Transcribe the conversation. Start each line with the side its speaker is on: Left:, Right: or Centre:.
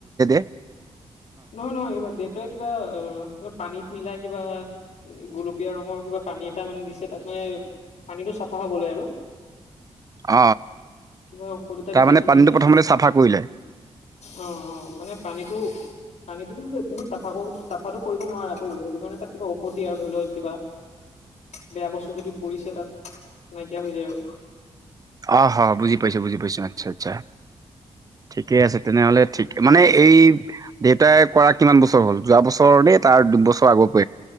Right: <unintelligible>
Left: নহয় - নহয়, কিবা দে কিবা অ পানীত মিলাই কিবা এ গোলপীয়া ৰঙৰ কিবা পানী এটা মানে দিছে তাত মানে মানে পানীটো চাফা হ'বলৈ আৰু
Right: অ',
Left: কিবা ঔষদ এটা
Right: তাৰমানে
Left: দিছে এইটো
Right: পানীটো
Left: দেউতা
Right: প্ৰথমতে
Left: হে
Right: চাফা কৰিলে।
Left: অ' - অ', মানে পানীটো- পানীটো স তুমি চাফা চাফাটো কৰিব নোৱাৰা এইটোৰ কাৰণে তাত কিবা ঔষদ আৰু ধৰি লওক কিবা বেয়া বস্তু যদিও পৰিছে তাত নাইকিয়া হৈ যায় আৰু
Right: অ', হ বুজি পাইছোঁ, বুজি পাইছোঁ, আচ্ছা, আচ্ছা, ঠিকে আছে তেনেহ'লে ঠিক মানে এই দেউতাই কৰা কিমান বছৰ হ'ল? যোৱা বছৰ মানে তাৰ দুবছৰ আগত প